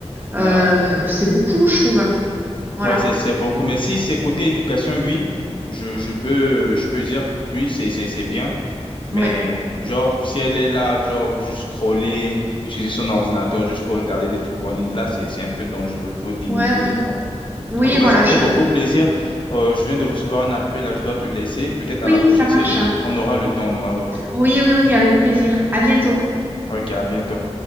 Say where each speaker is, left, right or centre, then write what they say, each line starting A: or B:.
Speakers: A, on the right; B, on the left.
A: Euh,
B: Ouais,
A: c'est beaucoup, je trouve. hein. Voilà.
B: Ouais, c'est, c'est beaucoup. Mais si c'est côté éducation, oui, je, je peux, je peux dire, oui, c'est, c'est, c'est bien. Mais
A: Ouais,
B: genre, si elle est là, genre, juste scroller, utiliser son ordinateur juste pour regarder des trucs qu'on lit, là, c'est, c'est un peu dangereux. Il faut limiter
A: ouais, ouais.
B: les temps.
A: Oui,
B: En tout
A: voilà.
B: cas, ça fait
A: Je...
B: beaucoup plaisir. Euh, je viens de recevoir un appel, là, je dois te laisser. Peut-être
A: Oui,
B: à la prochaine,
A: ça marche.
B: c'est...
A: hein.
B: on aura le temps, on aura le temps.
A: Oui, oui, oui, avec plaisir. À bientôt.
B: Ok, à bientôt.